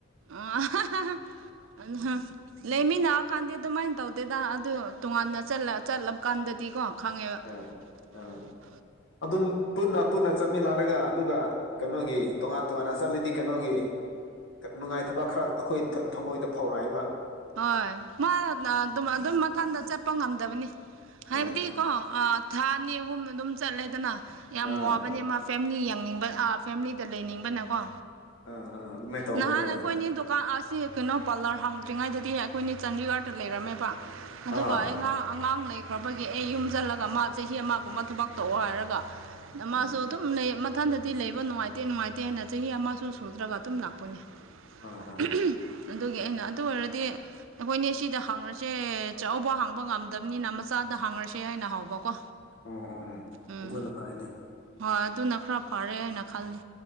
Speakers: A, on the right; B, on the left.
A: ꯑꯥ <unintelligible> ꯂꯩꯃꯤꯟꯅꯑꯀꯥꯟꯗꯤ ꯑꯗꯨꯃꯥꯏꯅ ꯇꯧꯗꯦꯗ ꯑꯗꯨ ꯇꯣꯉꯥꯟꯅ ꯆꯠꯂꯥ ꯆꯠꯂꯕ ꯀꯥꯟꯗꯗꯤꯀꯣ ꯈꯪꯉꯦꯕ
B: ꯑ
A: <unintelligible>
B: ꯑꯥ ꯑꯗꯨꯝ ꯄꯨꯟꯅ ꯄꯨꯟꯅ ꯆꯠꯃꯤꯟꯅꯔꯒ ꯑꯗꯨꯒ ꯀꯩꯅꯣꯒꯤ ꯇꯣꯉꯥꯟ ꯇꯣꯉꯥꯟꯅ ꯆꯠꯂꯤꯗꯤ ꯀꯩꯅꯣꯒꯤ ꯅꯨꯡꯉꯥꯏꯇꯕ ꯈꯔ ꯑꯩꯈꯣꯏ ꯊꯃꯣꯏꯗ ꯐꯧꯔꯛꯏꯕ
A: ꯍꯣꯏ ꯃꯥ ꯅ ꯑꯗꯨꯝ ꯑꯗꯨꯝ ꯃꯊꯟꯇ ꯆꯠꯄ ꯉꯝꯗꯕꯅꯤ ꯍꯥꯏꯕꯗꯤ
B: ꯑꯥ
A: ꯀꯣ ꯊꯥ ꯑꯅꯤ ꯑꯍꯨꯝꯅ ꯑꯗꯨꯝ ꯆꯠꯂꯦꯗꯅ ꯌꯥꯝ
B: ꯑꯥ
A: ꯋꯥꯕꯅꯦ ꯃꯥ ꯐꯦꯃꯤꯂꯤ ꯌꯦꯡꯅꯤꯡꯕ ꯐꯦꯃꯤꯂꯤꯗ ꯂꯩꯅꯤꯡꯕꯅꯀꯣ
B: ꯑꯥ ꯑꯥ ꯑꯗꯨꯃꯥꯏꯅ ꯇꯧꯕꯅꯦ
A: ꯅꯍꯥꯟ
B: ꯑꯥ
A: ꯑꯩꯈꯣꯏꯅꯤ ꯗꯣ ꯀ ꯑꯁꯤ ꯀꯩꯅꯣ ꯄꯥꯔꯂꯔ ꯍꯥꯡꯗ꯭ꯔꯤꯉꯩꯗꯗꯤ ꯑꯩꯈꯣꯏꯅꯤ ꯆꯥꯟꯗꯤꯒꯔꯗ ꯂꯩꯔꯝꯃꯦꯕ ꯑꯗꯨꯒ
B: ꯑꯥ
A: ꯑꯩ ꯉꯥ ꯑꯉꯥꯡ ꯂꯩ ꯑꯩꯈꯣꯏꯒꯤ ꯑꯩ ꯌꯨꯝ ꯆꯠꯂꯒ ꯃꯥ ꯆꯍꯤ ꯑꯃꯒꯨꯝꯕ ꯊꯕꯛ ꯇꯧꯑꯣ ꯍꯥꯏꯔꯒ ꯃꯥꯁꯨ
B: ꯑꯥ
A: ꯑꯗꯨꯝ ꯂꯩ ꯏꯊꯟꯗꯗꯤ ꯂꯩꯕ ꯅꯨꯡꯉꯥꯏꯇꯦ ꯅꯨꯡꯉꯥꯏꯇꯦꯅ ꯆꯍꯤ ꯑꯃꯁꯨ ꯁꯨꯗ꯭ꯔꯒ ꯑꯗꯨꯝ ꯂꯥꯛꯄꯅꯦ
B: ꯑꯥ
A: <unintelligible>
B: ꯑꯥ
A: ꯑꯗꯨꯒꯤ ꯑꯩꯅ ꯑꯗꯨ ꯑꯣꯏꯔꯗꯤ ꯑꯩꯈꯣꯏꯅꯦ ꯁꯤꯗ ꯍꯡꯉꯁꯦ ꯆꯥꯎꯕ ꯍꯥꯡꯕ ꯉꯝꯗꯕꯅꯤꯅ ꯃꯆꯥꯗ ꯍꯥꯡꯉꯔꯁꯦ ꯍꯥꯏꯅ ꯍꯧꯕꯀꯣ
B: ꯑꯣ ꯑꯣ ꯑꯣ ꯑꯣ
A: ꯎꯝ
B: ꯑꯗꯨꯅ ꯐꯩꯅꯦ
A: ꯍꯣꯏ ꯑꯗꯨꯅ ꯈꯔ ꯐꯔꯦ ꯍꯥꯏꯅ ꯈꯜꯂꯤ